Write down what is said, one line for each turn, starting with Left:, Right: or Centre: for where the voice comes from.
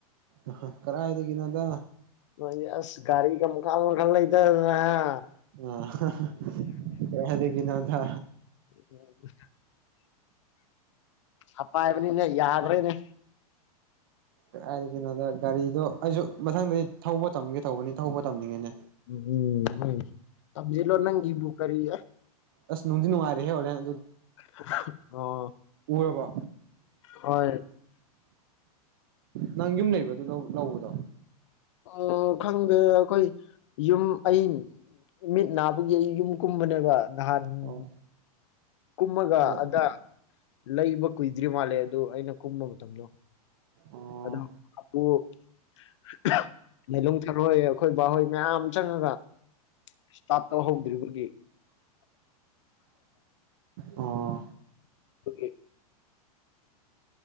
Right: ꯑ ꯍꯥ ꯀꯔꯥꯏꯗꯒꯤꯅꯣꯗ
Left: ꯅꯣꯏꯗꯤ ꯑꯁ ꯒꯥꯔꯤꯒ ꯃꯈꯥꯜ ꯃꯈꯜ ꯂꯩꯗꯗꯅ ꯍꯥ
Right: ꯑ ꯍꯥ ꯍꯥ ꯍ ꯀꯔꯥꯏꯗꯒꯤꯅꯣꯗ
Left: ꯂꯧꯁꯤꯟꯕ ꯉꯝꯗꯕ ꯄꯩꯁꯥ ꯄꯥꯏꯕꯅꯤꯅ ꯌꯥꯗ꯭ꯔꯦꯅꯦ
Right: ꯀꯔꯥꯏꯗꯒꯤꯅꯣꯗ ꯒꯥꯔꯤꯗꯣ ꯑꯩꯖꯨ ꯃꯊꯪꯗꯩ ꯊꯧꯕ ꯇꯝꯒꯦ ꯇꯧꯕꯅꯤ ꯊꯧꯕ ꯇꯝꯅꯤꯡꯉꯤꯅꯦ
Left: ꯎꯝ ꯍꯣꯏꯅꯦ ꯇꯝꯖꯤꯜꯂꯣ ꯅꯪꯒꯤꯕꯨ ꯀꯔꯤ ꯑꯦ
Right: ꯑꯁ ꯅꯨꯡꯗꯤ ꯅꯨꯡꯉꯥꯏꯔꯦꯍꯦ ꯑꯣꯂꯦꯟ
Left: ꯍꯍ ꯁꯍꯨꯛ ꯑꯣ ꯑꯣ ꯑꯣ
Right: ꯎꯔꯕꯣ
Left: ꯍꯣꯏ
Right: ꯅꯪ ꯌꯨꯝ ꯂꯩꯕ꯭ꯔꯥ ꯑꯗꯨ ꯂꯧ ꯂꯧꯕꯗꯣ
Left: ꯎꯝ ꯈꯪꯗꯦꯗ ꯑꯩꯈꯣꯏ ꯌꯨꯝ ꯑꯩ ꯃꯤꯠ ꯅꯥꯕꯒꯤ ꯑꯩ ꯌꯨꯝ ꯀꯨꯝꯕꯅꯦꯕ ꯅꯍꯥꯟ ꯎꯝ
Right: ꯑꯣ
Left: ꯀꯨꯝꯃꯒ
Right: ꯍꯣꯏ
Left: ꯑꯗ ꯂꯩꯕ ꯀꯨꯏꯗ꯭ꯔꯤ ꯃꯥꯜꯂꯦ- ꯑꯗꯨ ꯑꯩꯅ ꯀꯨꯝꯕ ꯃꯇꯝꯗꯣ
Right: ꯑꯣ
Left: ꯀꯩꯅꯣ ꯑꯗꯨ ꯍ ꯑꯍꯨ ꯂꯤꯂꯣꯡ ꯊꯔꯣꯏ ꯑꯩꯈꯣꯏ ꯕꯥꯍꯣꯏ ꯃꯌꯥꯝ ꯆꯪꯉꯒ ꯁ꯭ꯇꯥꯠ ꯇꯣ ꯍꯧꯗ꯭ꯔꯤꯕꯒꯤ
Right: ꯑꯣ
Left: <inaudible>